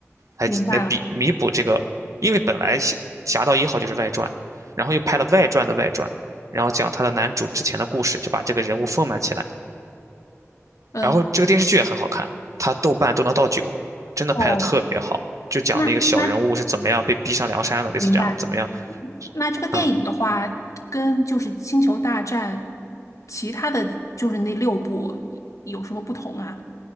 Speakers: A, on the right (about 80°); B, on the left (about 80°).
A: 来来比弥补这个，
B: 明白了。
A: 因为本来《侠侠盗一号》就是外传，然后又拍了外传的外传，然后讲他的男主之前的故事，就把这个人物丰满起来。
B: 嗯，
A: 然后这个电视剧也很好看，他豆瓣都能到九，真的拍的特别好。
B: 哦，
A: 就讲那个小人物是怎么样被逼上梁山的，
B: 那那
A: 类似这样的怎么样，
B: 明白。那这个电影的话，
A: 嗯，
B: 跟就是《星球大战》其他的就是那六部有什么不同啊？